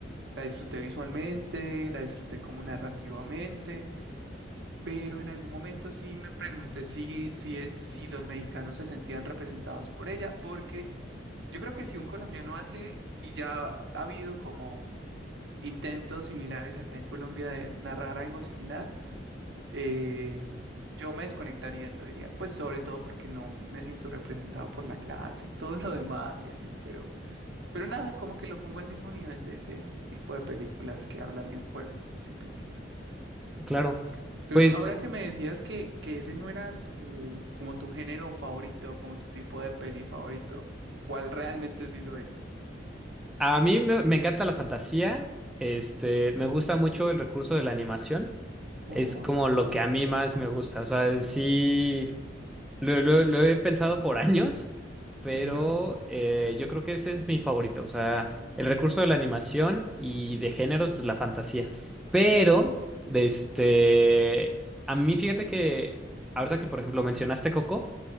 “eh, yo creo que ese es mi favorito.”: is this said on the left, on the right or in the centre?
Centre